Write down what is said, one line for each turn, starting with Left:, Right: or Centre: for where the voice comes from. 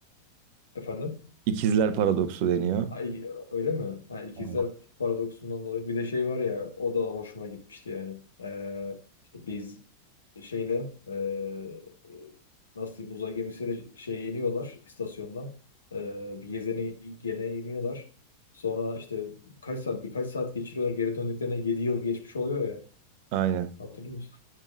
Left: Efendim?
Right: İkizler paradoksu deniyor.
Left: Ha, i- öyle mi? Ha, ikizler
Right: Aynen.
Left: paradoksundan dolayı. Bir de şey var ya o da hoşuma gitmişti yani. Ee, işte biz şeyle ee, e, nasıl diyeyim uzay gemisiyle şeye iniyorlar istasyondan. Ee, bir gezene gene iniyorlar. Sonra işte kaç saat birkaç saat geçiriyorlar. Geri döndüklerine 7 yıl geçmiş oluyor ya.
Right: Aynen.
Left: Hatırlıyor musun?